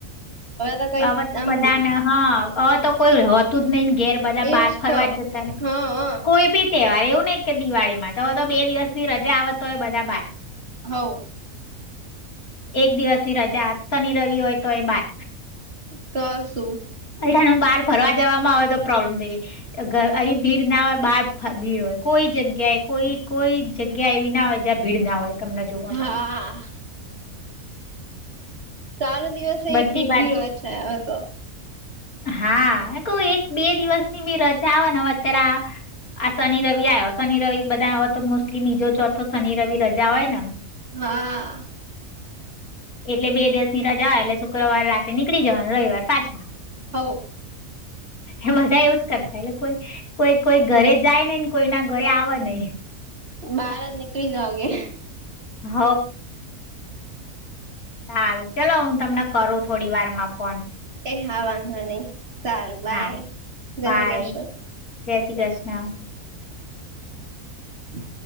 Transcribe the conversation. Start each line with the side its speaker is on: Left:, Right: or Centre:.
Right: તો કઈ
Left: હવે તો
Right: આમ
Left: બધાને હા હવે તો કોઈ હોતું જ નઈિ ઘેર બધા
Right: એજ
Left: બહાર ફરવા
Right: તો
Left: જ જતા ર
Right: હા
Left: કોઈ બી તહેવાર એવું ને કે દિવાળીમાં તો તો બે દિવસ ની રજા આવતો હોય બધા બાર
Right: હ
Left: એક દિવસની રજા શનિ રવિ હોય તો એ બાર
Right: તો શું
Left: અહીને બહાર ફરવા જવામાં આવેય તો પ્રોબ્લેમ થઈ ગઈ અહી ભીડ ના હોય બાર ભીડ હોય કોઈ કોઈ જગ્યા એ કોઈ કોઈ જગ્યા એવી ના હોય જ્યાં ભીડ ના હોય તમને જોવા
Right: હા
Left: મળે
Right: ચાલુ દિવસે
Left: બધી
Right: એટલી જ
Left: બાજુ
Right: ભીડ હોય છે હવે તો
Left: હા કઉ એક બે દિવસ ની બી રજા આવે નેવે અત્યારે આ શનિ રવિ આવ્યો શનિ રવિ બધા હ તો મોસ્ટલી બીજો ચોથો શનિ રવિ રજા હોય નેમ
Right: હા
Left: એટલે બે દિવસની રજા એટલે શુક્રવાર રાતે નીકળી જવાનું રવિવાર પાછા
Right: હ
Left: એ બધા એવું જ કરતા એટલે કોઈ કોઈ કોઈ ઘરે જાય નેને કોઈ ના ગયા આવે નહ
Right: બાર જ નીકળી જઓગે
Left: હ હાલ ચાલો હું તમને કરું થોડી વારમાં ફોન.
Right: હા વાંધો નહી સારું બાય,
Left: હા
Right: જય
Left: બાય
Right: શ્રી કૃષ્ણ.
Left: જય શ્રી કૃષ્ણ.
Right: હ <inaudible>